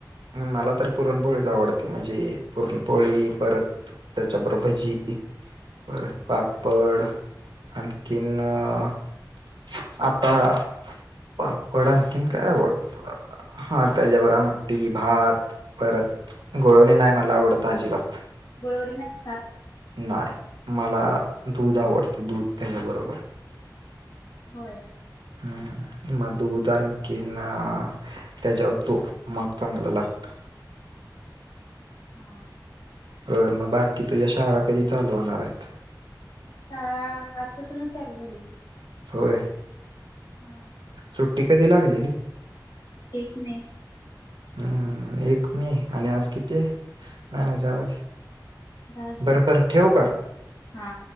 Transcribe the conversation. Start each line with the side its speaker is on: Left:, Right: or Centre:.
Right: मला तर पुरणपोळीच आवडती म्हणजे पुरणपोळी परत त्याच्याबरोबर भजी
Left: <inaudible>
Right: परत
Left: हा
Right: पापड आणखीन आता पापड आणखीन काय आवडत? बा हा त्याच्या बरोबर आ आमटी, भात, परत गुळवणी नाही मला आवडत अजिबात.
Left: गुळवणी नाहीस खात?
Right: नाय मला दूध आवडत दूध त्याच्याबरोबर
Left: होय.
Right: हम् मग दुध आणखीन त्याच्यावर तूप मग चांगलं लागत.
Left: ह <inaudible> हा
Right: हो मग बाकी तुझ्या शाळा कधी चालू होणार आहेत?
Left: शाळा आजपासूनच चालू झाली.
Right: होय.
Left: हम
Right: सुट्टी कधी लागलेली?
Left: एक मे
Right: हम्म एक मे आणि आज किती आहे नाय नाय जाऊदे.
Left: दहा जून
Right: बरं बरं ठेऊ का?
Left: हा